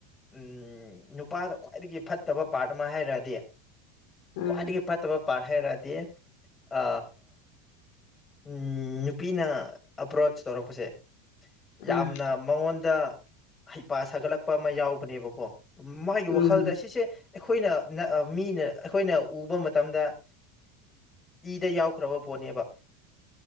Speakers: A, on the left (about 20°); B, on the left (about 70°).
A: ꯎꯝ ꯅꯨꯄꯥꯗ ꯈ꯭ꯋꯥꯏꯗꯒꯤ ꯐꯠꯇꯕ ꯄꯥꯔꯠ ꯑꯃ ꯍꯥꯏꯔꯛꯗꯤ
B: ꯎꯝ
A: ꯈ꯭ꯋꯥꯏꯗꯒꯤ ꯐꯠꯇꯕ ꯄꯥꯔ ꯍꯥꯏꯔꯗꯤ ꯑ ꯎ ꯅꯨꯄꯤꯅ ꯑꯄ꯭ꯔꯣꯆ ꯇꯧꯔꯛꯄꯁꯦ
B: ꯎꯝ
A: ꯌꯥꯝꯅ ꯃꯉꯣꯟꯗ ꯍꯩꯄꯥ ꯁꯥꯒꯠꯂꯛꯄ ꯑꯃ ꯌꯥꯎꯕꯅꯦꯕꯀꯣ ꯃꯥꯒꯤ
B: ꯎꯝ
A: ꯋꯥꯈꯜꯗ ꯁꯤꯁꯦ ꯑꯩꯈꯣꯏꯅ ꯃꯤꯅ ꯑꯩꯈꯣꯏꯅ ꯎꯕ ꯃꯇꯝꯗ ꯏꯗ ꯌꯥꯎꯈ꯭ꯔꯕ ꯄꯣꯠꯅꯦꯕ